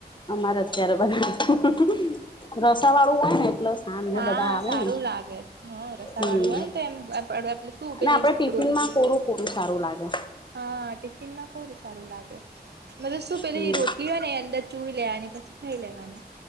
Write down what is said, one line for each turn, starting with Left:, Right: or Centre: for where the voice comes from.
Left: અમારે અત્યારે બધા રસા વાળું હોય ને એટલસ આમ ને
Right: હા
Left: બધા આવે
Right: સારું
Left: ને
Right: લાગે હા રસા
Left: હમ્મ
Right: વાળું હોય ને તો એમ આપડે શું
Left: અને
Right: પેલી
Left: આપડે ટિફિન
Right: રોટલી
Left: માં કોરું થોડું સારું લાગે.
Right: હા ટિફિનમાં થોડું સારું લાગે મતલબ શું પેલી
Left: હમ
Right: રોટલી હોય ને અંદર ચૂડી લેવાની પછી ખાઈ લેવાની.